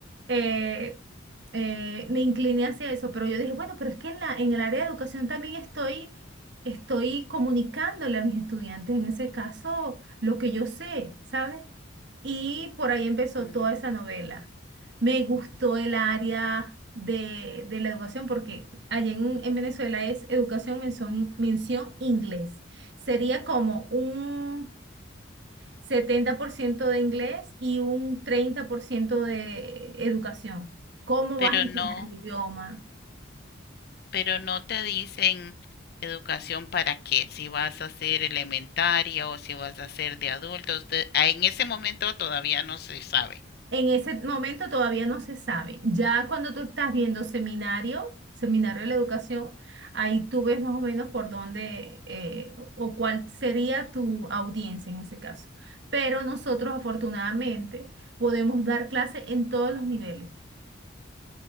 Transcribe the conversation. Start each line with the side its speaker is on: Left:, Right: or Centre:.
Right: eh, eh, me incliné hacia eso, pero yo dije, bueno, pero es que en la, en el área de educación también estoy, estoy comunicándole a mis estudiantes, en ese caso, lo que yo sé, ¿sabes? Y por ahí empezó
Left: ujú.
Right: toda esa novela. Me gustó el área de, de la educación porque allá en, en Venezuela es educación mención, mención inglés. Sería como un 70% de inglés y un 30% de educación. ¿Cómo
Left: Pero
Right: vas a enseñar
Left: no,
Right: el idioma?
Left: pero no te dicen educación para qué, si vas a hacer elementaria o si vas a hacer de adultos, de- ah, en ese momento todavía no se sabe.
Right: En ese momento todavía no se sabe. Ya cuando tú estás viendo seminario, seminario de la educación, ahí tú ves más o menos por dónde eh, o cuál sería tu audiencia en ese caso. Pero nosotros afortunadamente podemos dar clase en todos los niveles.